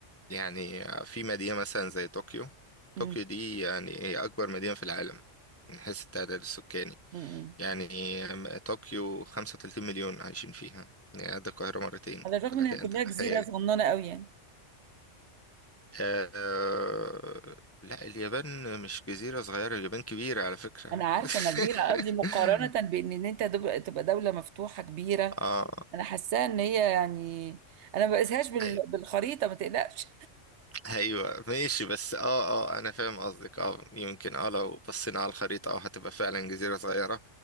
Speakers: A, on the left (about 20°); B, on the right (about 70°).
A: يعني آه، في مدينة مثلا زي طوكيو طوكيو
B: مم.
A: دي يعني هي أكبر مدينة في العالم من حيث التعداد السكاني
B: مم.
A: يعني طوكيو 35 مليون عايشين فيها يعني قد القاهرة مرتين
B: على الرغم
A: فلك
B: ان هي
A: أن
B: كلها
A: تتخيلي
B: جزيرة صغننة قوي يعني
A: آه... لا اليابان مش جزيرة صغيرة اليابان كبيرة على فكرة
B: انا عارفة انها كبيرة
A: <laughs>
B: قصدي مقارنة بان ان انت دب- تبقى دولة مفتوحة كبيرة
A: اه
B: انا حاساها ان هي يعني انا ما بقيسهاش بال...
A: أي-
B: بالخريطة ما تقلقش
A: ايوه ماشي بس اه اه انا فاهم قصدك اه يمكن اه لو بصينا على الخريطة اه هتبقى فعلا جزيرة صغيرة